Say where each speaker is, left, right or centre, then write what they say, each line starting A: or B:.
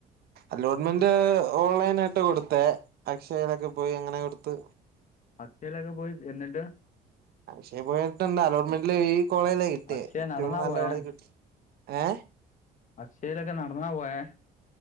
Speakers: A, on the right (about 65°); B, on the left (about 45°).
A: അലോട്ട്മെന്റ് ഓൺലൈൻ ആയിട്ട് കൊടുത്തെ അക്ഷയലൊക്കെ പോയി അങ്ങനെ കൊടുത്ത്
B: അക്ഷയയിലൊക്കെ പോയി എന്നിട്ട്.
A: അക്ഷേ പോയിട്ട്ന്ത അലോട്ട്മെന്ല് ഈ കോളേജിലേ കിട്ടിയ
B: അക്ഷയ
A: ഇച്ച്
B: നടന്നാ
A: കൂടെ നല്ല
B: പോയെ
A: കോളേജ് കിട്ടി ഏ
B: അക്ഷേ ലൊക്കെ നടന്നാ പോയേ?